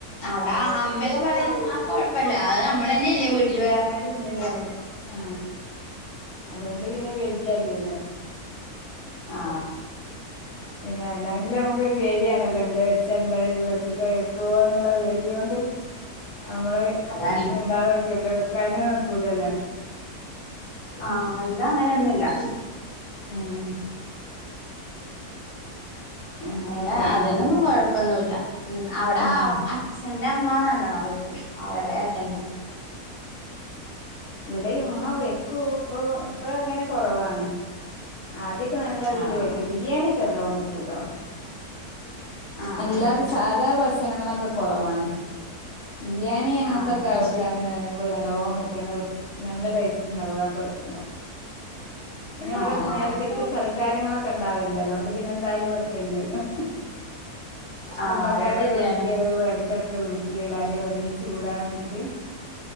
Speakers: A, on the left (about 25°); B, on the left (about 60°).
A: അവിട അ ഒക്കെ പറയും ആ കൊഴപ്പമല്ല അത് നമ്മള തന്നെ ഇല്ലേ വീട്ടിൽ വേറെ ആരും ഇല്ലല്ലോറും
B: ആ അതുകൊണ്ട് പിന്നെ പേടിക്കാനില്ലല്ലോ
A: ആ
B: പിന്നെ അല്ലെങ്കില് നമ്മുക്കൊരു പേടി ആണല്ലോ എന്താ വെച്ച എന്താ ചീത്ത കേൾക്കുവോ എന്നുള്ള പേടിയോണ്ട് നമ്മള്
A: അതാണ്
B: ഇണ്ടാതക്കല്ലേ വെക്കാനും നോക്കൂലല്ലോ
A: ആ അതാ അങ്ങനെന്നുമില്ല
B: ഉം അങ്ങനൊക്കെയാണ്
A: അവിടെ അതിനൊന്നും
B: വർത്താനം
A: കൊഴപ്പൊന്നുല്ല ഉം അവിടെ
B: ഉം
A: അച്ഛൻ എന്റെ അമ്മാ നല്ലോണം വെയ്ക്കും അവരെതല്ല
B: ഇവിടെ ഉമ്മ വെക്കൂ ഇപ്പൊ ഇപ്പൊ അങ്ങനെ കുറവാണ് ആദ്യംക്കെ നല്ലതില്
A: ആഹ്
B: വെക്കും ബിരിയാണി ഒക്കെ നല്ലോണം വെക്കൂട്ടോ
A: ആഹ്
B: അല്ലാതെ
A: ആഹ്
B: സാധാ ഭക്ഷണങ്ങളൊക്കെ കുറവാണ് ബിരിയാണി അങ്ങനത്തൊക്കെ
A: ആഹ് അത്
B: വെക്കാൻ
A: ശരി
B: നല്ലഓ വക്കും നല്ല ടേസ്റ്റ്ണ്ടാവും അതക്കെ വെക്കുമ്പോ പിന്നെ ഇവിടെ
A: ആഹ്
B: ഇടക്കിടക്ക് സൽക്കാരങ്ങളൊക്കെ ഉണ്ടാവലേ അതുകൊണ്ട് പിന്നെ എന്തായാലും വെക്കേണ്ടി വരും
A: ആഹ്
B: കുടുംബക്കാരൊക്കെ
A: അത് ശരിയാണ്
B: വിളിക്കോ ഇടയ്ക്കൊക്കെ വിളിക്കോ എല്ലാരെയും ഒരുമിച്ച് കൂടാൻ വേണ്ടിട്ട്